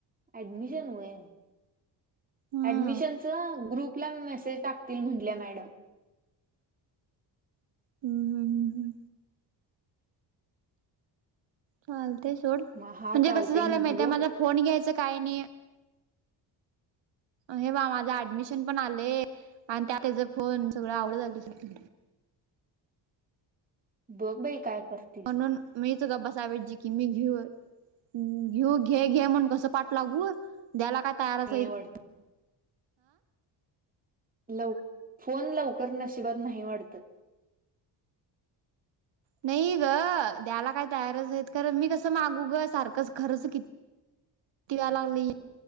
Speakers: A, on the right; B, on the right.
A: ऍडमिशन वय
B: हा
A: ऍडमिशनच ग्रुप ला मेसेज टाकतील म्हटल्या मॅडम.
B: हम्म चालते सोड म्हणजे
A: मग हा चालतंय
B: कसं झालं
A: म्हंटलो
B: माहित आहेय माझा फोन घ्यायचा काय नाही.
A: <inaudible>
B: हे बा माझं ऍडमिशन पण आले आणि त्यात त्याच फोन सगळं आवड झालीय.
A: बघ बाई काय करतेस
B: म्हणून मीच गप्प बसायला पाहिजे की मी घेऊ ह् घेऊ घे घे म्हण कस पाठ लागू द्यायला काय तरायारच
A: नाही
B: आहित.
A: वाटत लव फोन लवकर नशिबात नाही वाडत.
B: नाही ग द्याला काय तयारच आहेत खर मी कसं मागू गं सारखंच खर्च किती वालांगली.